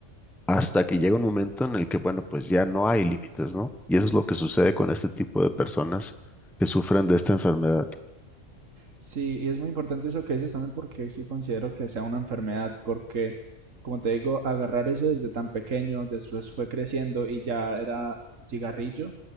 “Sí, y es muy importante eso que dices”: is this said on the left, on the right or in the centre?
Right